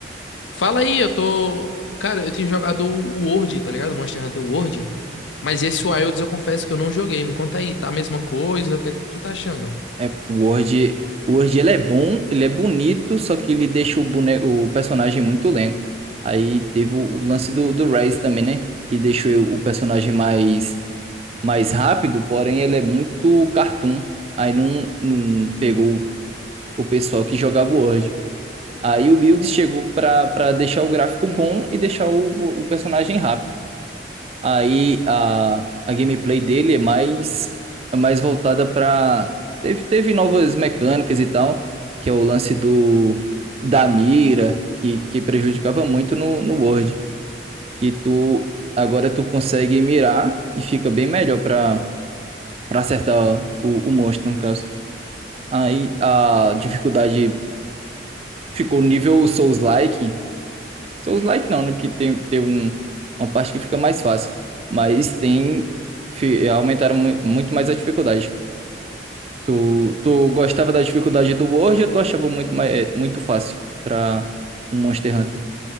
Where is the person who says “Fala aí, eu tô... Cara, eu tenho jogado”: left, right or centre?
Left